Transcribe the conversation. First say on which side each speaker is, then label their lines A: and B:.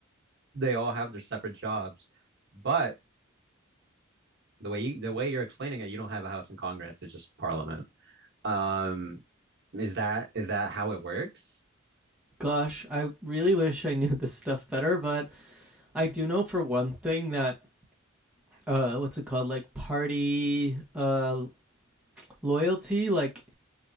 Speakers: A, on the right; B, in the centre.
A: They all have their separate jobs, but The way you, the way you're explaining it, you don't have a house in Congress. It's just Parliament. Um, is that is that how it works?
B: Gosh, I really wish I knew <laughs> this stuff better, but I do know for one thing that uh, what's it called? Like party uh, loyalty, like